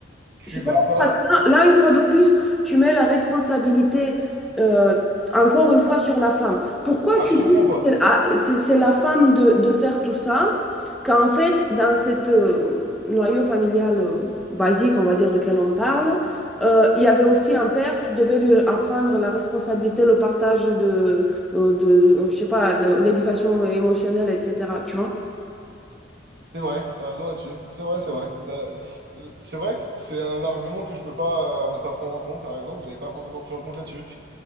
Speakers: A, on the right; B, in the centre.
A: tu
B: Je suis d'accord,
A: vas pas,
B: parce que là, là, une fois de plus, tu mets la responsabilité, euh, encore une fois, sur la femme. Pourquoi
A: absolument
B: tu dis que
A: pas.
B: c'est ah, c'est- c'est la femme de, de faire tout ça, quand en fait, dans cette euh, noyau familial euh, basique, on va dire, duquel on parle, euh, il y avait aussi un père qui devait lui apprendre la responsabilité, le partage de, euh, de je sais pas, le- l'éducation émotionnelle, etc. Tu vois?
A: C'est vrai, t'as raison là-dessus. C'est vrai, c'est vrai. Là, C'est vrai, c'est un argument que je peux pas euh, ne pas prendre en compte. T'as raison que j'avais pas forcément pris en compte là-dessus.